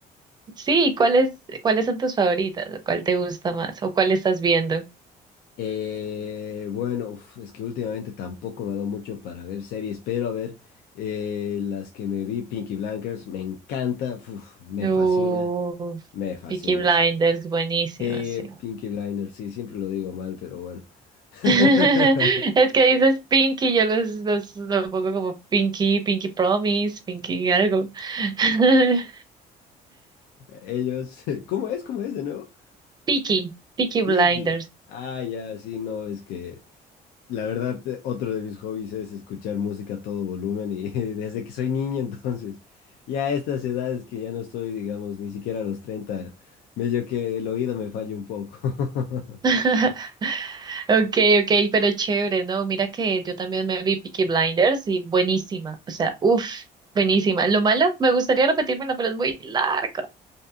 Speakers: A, on the right; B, on the left.
A: Sí, ¿cuáles, cuáles son tus favoritas? ¿O ¿Cuál te gusta más? ¿O cuál estás viendo?
B: Eh, bueno, uf, es que últimamente tampoco me ha dado mucho para ver series, pero a ver, eh, las que me vi, Pinky Blinders, me encanta, uf, me
A: Uf,
B: fascina, me fascina,
A: Peaky Blinders,
B: sí.
A: buenísima,
B: Te
A: sí.
B: Pinky Blinders, sí, siempre lo digo mal, pero bueno. <laughs>
A: <laughs> Es que dices Pinky, yo los, los, lo pongo como Pinky, Pinky Promise, Pinky algo. <laughs>
B: Ellos, <laughs> ¿cómo es? ¿Cómo es de nuevo?
A: Peaky, Peaky
B: Pinky.
A: Blinders.
B: Ah, ya, sí, no, es que La verdad, eh, otro de mis hobbies es escuchar música a todo volumen y <laughs> desde que soy niño, entonces, ya a estas edades que ya no estoy, digamos, ni siquiera a los 30 medio que el oído me falla un poco. <laughs>
A: <laughs> Okay, okay, pero chévere, ¿no? Mira que yo también me vi Peaky Blinders y buenísima, o sea, uff, buenísima. Lo malo, me gustaría repetírmela, pero es muy larga, <laughs>